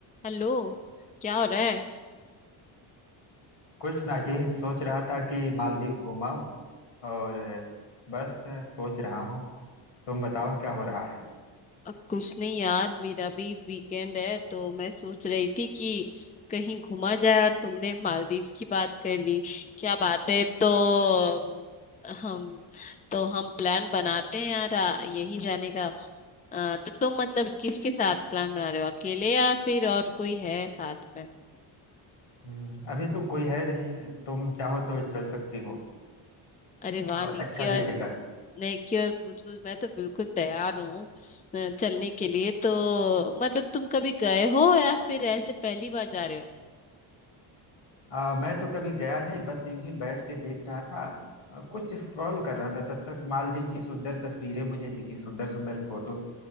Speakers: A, on the left; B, on the left.
A: Hello क्या हो रहा है
B: कुछ ना जी सोच रहा था कि मालदीव घूमाऊं और बस सोच रहा हूँ तुम बताओ क्या हो रहा है
A: अ, कुछ नहीं यार मेरा भी वीकेंड है तो मैं सोच रही थी कि कहीं घूमा जाए और तुमने मालदीव्स की बात कर ली क्या बात है तो अम, हम तो हम प्लान बनाते हैं यार आ, यही जाने का अ, तो तुम मतलब किसके साथ प्लान बना रहे हो अकेले या फिर और कोई है साथ में
B: हम्म, अभी तो कोई है नहीं तुम चाहो तो चल सकती हो
A: अरे वाह
B: और
A: निकी
B: अच्छा भी रहेगा
A: लेके और भूजपुर मैं तो बिल्कुल तैयार हूँ अ, चलने के लिए तो मतलब तुम कभी गए हो या फिर ऐसे पहली बार जा रहे हो
B: आ, मैं तो कभी गया नहीं बस यूं ही बैठ के देख रहा था आ, कुछ स्क्रॉल कर रहा था तब तक मालदीव की सुंदर तस्वीरें मुझे दिखी सुंदर सुंदर फोटो